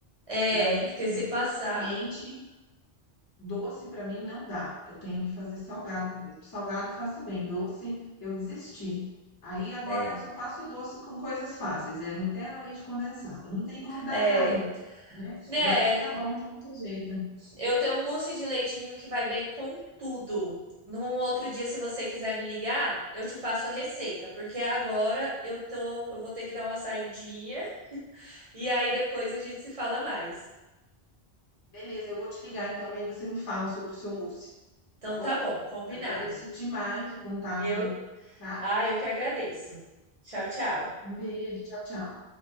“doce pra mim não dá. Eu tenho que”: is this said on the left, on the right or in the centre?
Left